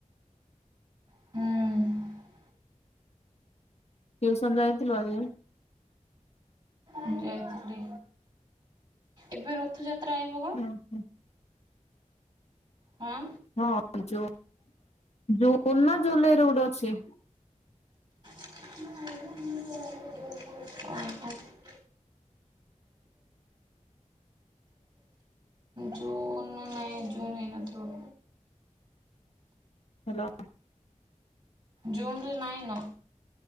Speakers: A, on the right; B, on the left.
A: ହୁଁ।
B: ଟ୍ୟୁସନ ଯାାଇଥିଲୁ ଆଜି?
A: ମୁଁ ଯାଇଥିଲି ଏବେ ରଥଯାତ୍ରା ଆଇବ ପା।
B: ଓହୋ।
A: ହଁ।
B: ହଁ ଜୁ ଜୁନ୍ ନା ଜୁଲାଇରେ ଗୋଟେ ଅଛି।
A: <unintelligible> ଓହୋ। ଜୁନ୍ ନାଇଁ। ହେ ଜୁନ ହେଇନଥିବ।
B: ହ୍ୟାଲୋ।
A: ଜୁନରେ ନାଇନ।